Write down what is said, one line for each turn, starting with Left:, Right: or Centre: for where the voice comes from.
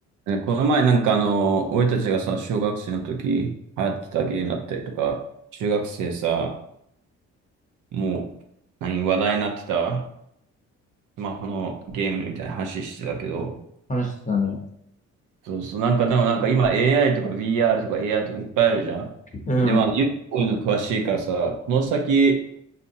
Right: ねこの前なんかあの、俺たちがさ、小学生の時流行ってたゲームだったりとか、中学生さ、もう、何、話題になってた、スマホのゲームみたいな話してたけど、
Left: 話してたね。
Right: そうそう、なんかでもなんか今 AI とか VR とか AR とかいっぱいあるじゃん。
Left: うん。
Right: で、まあ、ゆうこういうの詳しいからさ、この先、